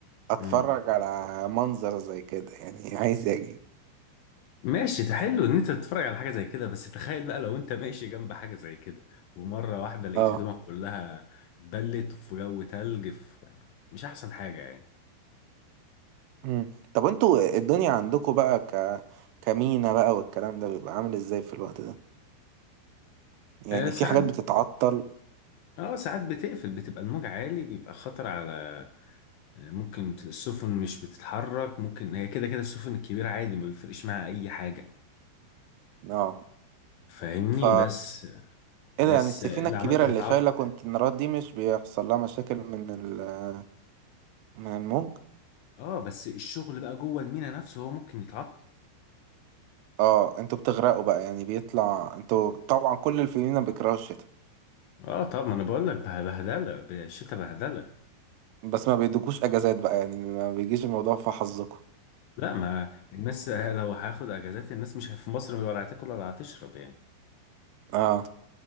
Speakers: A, on the right; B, on the left.
A: اتفرج
B: امم
A: على منظر زي كده يعني عايز اجي
B: ماشي ده حلو ان انت تتفرج على حاجه زي كده بس تخيل بقى لو انت ماشي جنب حاجه زي كده ومره واحده لقيت
A: اه
B: هدومك كلها اتبلت في جو تلج في مش احسن حاجه يعني
A: مم. طب انتوا الدنيا عندكم بقى ك كمينا بقى والكلام ده بيبقى عامل ازاي في الوقت ده يعني
B: آه ساعات
A: في حاجات بتتعطل
B: اه ساعات بتقفل بتبقى الموج عالي بيبقى خطر على آه، ممكن السفن مش بتتحرك ممكن هي كده كده السفن الكبيره عادي ما بيفرقش معاها اي حاجه
A: اه
B: فاهمني
A: ف
B: بس
A: ايه
B: بس
A: ده يعني السفينة
B: الاعمال
A: الكبيرة
B: بتتعطل
A: اللي شايلة كونتينرات
B: يعني
A: دي مش بيحصل لها مشاكل من ال من الموج
B: اه بس الشغل بقى جوه المينا نفسه هو ممكن يتعطل
A: اه انتوا بتغرقوا بقى يعني بيطلع انتوا طبعا كل الفينا بيكرهوا الشتاء
B: اه طب ما انا بقول لك به- بهدله بالشتا بهدله
A: بس ما بيدوكوش اجازات بقى يعني ما بيجيش الموضوع في حظكم
B: لا ما الناس لو هاخد اجازات الناس مش في مصر ولا هتاكل ولا هتشرب يعني
A: اه